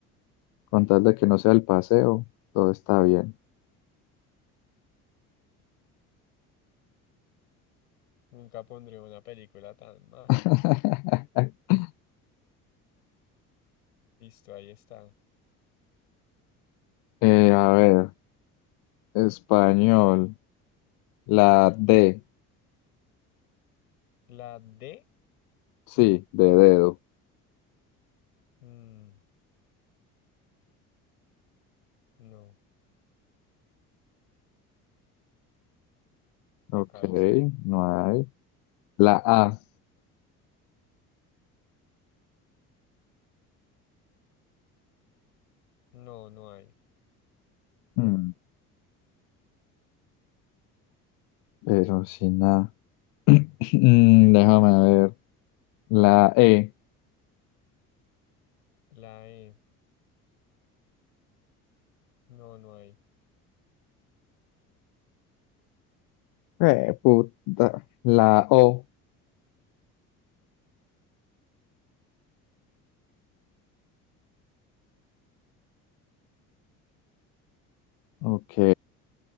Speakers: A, on the left; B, on the left.
A: con tal de que no sea el paseo, todo está bien.
B: Nunca pondré una película tan mal.
A: <laughs>
B: Listo, ahí está.
A: Eh, a ver, español. La D.
B: La D.
A: Sí, de dedo.
B: mm, no, la
A: Ok,
B: cabeza.
A: no hay. La A.
B: No, no hay.
A: Mm, pero sin A. <laughs> <clears throat> Mm, déjame ver. La E.
B: La E. No, no hay.
A: Eh, puta. La O. Ok.